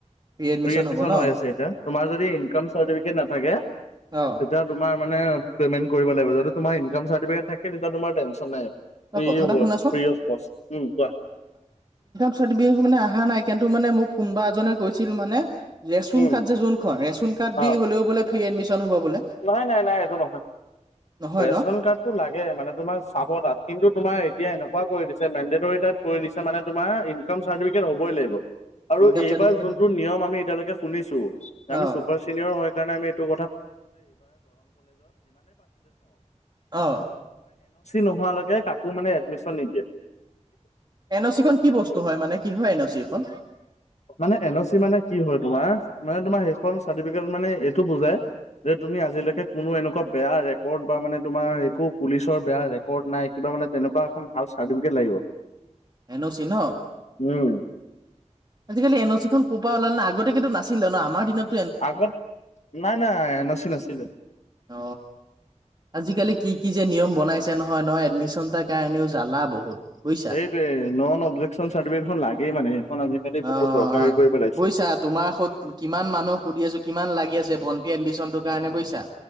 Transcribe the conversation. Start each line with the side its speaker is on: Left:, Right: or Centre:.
Right: admission
Left: free admission
Right: হ'ব ন?
Left: হৈ আছে এতিয়া। তোমাৰ যদি ইনকম চাৰ্টিফিকেট নাথাকে
Right: অ
Left: তেতিয়া তোমাৰানে পেমেণ্ট কৰিব লাগিব যদি তোমাৰ ইনকাম চাৰ্টিফিকেট থাকে তেন্তে তোমাৰ টেনশ্যন নাই
Right: তই
Left: ফ্ৰীয়ে
Right: কথা এটা
Left: হয়,
Right: শুনাচোন
Left: ফ্ৰী অফ কষ্ট। উম, কোৱা
Right: ছ বিহু মানে অহা নাই কিন্তু মানে মোক কোনোবা এজনে কৈছিল মানে ৰেচন
Left: উম
Right: কাৰ্ড যে যোনখন, ৰেচন কাৰ্ড দি
Left: অ
Right: হ'লেও বোলে ফ্ৰী এডমিচন হ'ব বোলে
Left: নাই, নাই, নাই, এইটো নহয়।
Right: নহয়
Left: ৰেচন
Right: ন
Left: কাৰ্ডটো লাগে মানে তোমাক চাব তাত কিন্তু তোমাৰ এতিয়া এনেকুৱ কৰি দিছে মেড টাইপ কৰি দিছে মানে তোমাৰ ইনক চাৰ্টিফিকেট হবই লাগিব আৰু
Right: ইনকাম
Left: এইবাৰ
Right: চাৰ্টিফিকেট
Left: যিটো নিয়ম আমি এতিয়ালৈকে শুনিছোঁ, যে আমি
Right: অ
Left: চুপাৰ ছিনিয়ৰ হয় কাৰণে আমি <unintelligible> টি
Right: অ
Left: নোহোৱালৈকে, কাকো মানে এডমিচন নিদিয়ে।
Right: এনঅ'চিখন কি বস্তু হয় মানে, কি হয় এনঅ'চিখন?
Left: মানে এনঅ'চি মানে, কি হয় তোমাৰ, মানে তোমাৰ সেইখন চাৰ্টিফিকেট মানে, এইটো বুজাই যে তুমি আজিলৈকে কোনো এনেকুৱা বেয়া ৰেকৰ্ড, বা মানে তোমাৰ, একো পুলিচৰ বেয়া ৰেকৰ্ড নাই, কিবা তেনেকোৱা এখন ভাল চাৰ্টিফিকেট লাগিব
Right: এনঅ'চি ন?
Left: উম,
Right: আজিকালি এনঅ'চিখন ক'ৰ পৰা ওলাল? আগতে কিন্তু নাছিলে ন? আমাৰ দিনত
Left: আগত নাই নাই নাচি নাছিলে
Right: অ আজিকালি কি কি যে নিয়ম বনাইছে নহয় নহয় এডমিশন তাৰ কাৰণেও জ্বালা বহুত বুজিছা
Left: সেইটোৱেই, নন অবজেকচন চাৰ্টিফিকেটখন লাগেই মানে আজিকালি
Right: অ',
Left: বহুত দৰকাৰী
Right: অ', অ'।
Left: কৰি পেলাইছে।
Right: বুজিছা, তোমাৰ সত, কিমান মানুহ সুধি আছোঁ কিমান লাগি আছে ভণ্টি এডমিচনটোৰ কাৰণে বুজিছা?